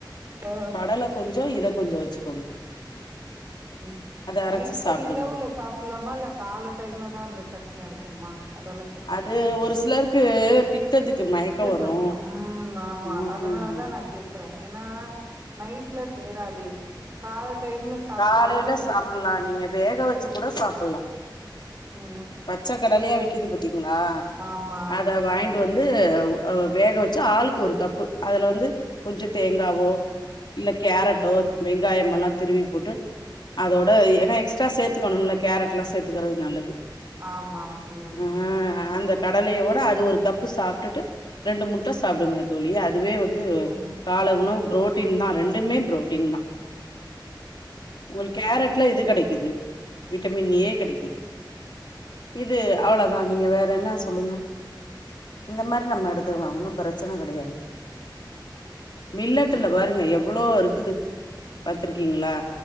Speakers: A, on the right (about 35°); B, on the left (about 65°).
A: ஓ
B: கடல கொஞ்சோ இத கொஞ்ச வெச்சிக்கோங்
A: ம் நைட்ல
B: அரச்சு சாப்டுங்க
A: இரவுல சாப்ட்லாமா இல்ல கால டைம்ல தா சட்னி அரைக்கணுமா கடலை ம்க்கும்
B: அது ஒரு சிலருக்கு பித்தத்துக்கு மயக்க
A: நெஞ்ச
B: வரு
A: கறிக்கு ம் ஆமா
B: ம்
A: அதனாலதா நா கேக் கிறே ஏன்னா நைட்ல சேராது கால டைம்ல சாப்ட்டாலு
B: காலையில
A: அது
B: சாப்பல்லா நீங்க வேக வெச்சு கூட சாப்பல்லா
A: ம்
B: பச்ச கடலையா விக்கது பாத்தீங்ளா
A: ஆமா
B: அத வாய்ன் ட்டு வந்து வேக வெச்சு ஆளுக்கு ஒரு கப்பு அதுல வந்து கொஞ்ச தேங்காவோ இல்ல கேரட்டோ
A: ம்
B: வெங்காயம்மல்லா திருவி போட்டு அதோட ஏன்னா எக்ஸ்ட்ரா சேத்துக்கணும்ல கேரட்ல்லா சேத்துக்கறது நல்லது
A: ஆமா ம்
B: ஆ அந்த கடலையோட அது ஒரு கப்பு சாப்ட்டுட்டு ரெண்டு முட்ட சாப்புடுங்க தோழி அதுவே வ ந்து
A: ம்
B: கால உணவு புரோட்டீன் தா ரெண்டுமே புரோட்டீன் தா உங்களுக்கு கேரட்ல எது கெடைக்குது விட்டமின் ஏ கெடைக்குது இது அவ்ளோதா நீங்க வேற ன்னா சொல்லுங்க இந்த மாரி நம்ம எடுத்துக்கலா ஒன்னு பிரச்சன கெடையாது மில்லட்டுல
A: ம்
B: பாருங்க எவ்ளோ இருக்குது பாத்துருக்கீங்களா